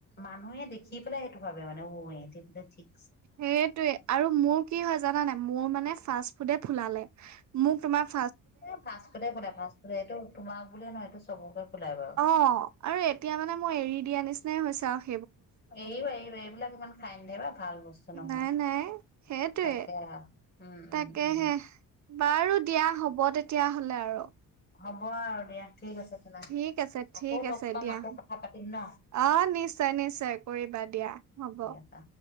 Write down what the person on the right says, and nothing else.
সেইটোৱে আৰু মোৰ কি হয় জানা নাই মোৰ মানে ফাষ্ট ফুডে ফুলালে মোক তোমাক
অ আৰু এতিয়া মানে মই এৰি দিয়া নিচিনাই হৈছে আও
নাই নাই সেইটোৱে
তাকেহে
বাৰু দিয়া হ'ব তেতিয়া হলেড়্য হ'ব আৰু
ঠিক আছে
ঠিক
আছে
দিয়া,
অ নিশ্চয় নিশ্চয় কৰিবা দিয়া হ'ব।